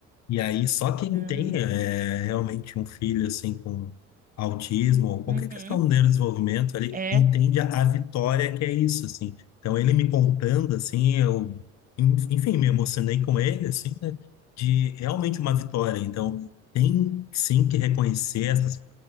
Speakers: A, on the left; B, on the right.
A: e aí, só quem
B: ah,
A: tem é, realmente um filho assim com autismo ou qualquer
B: uhum,
A: questão de neurodesenvolvimento, ele
B: é,
A: entende a, a vitória que é isso, assim. Então, ele me contando, assim, eu, en- enfim, me emocionei com ele, assim, né, de realmente uma vitória. Então, tem sim que reconhecer essas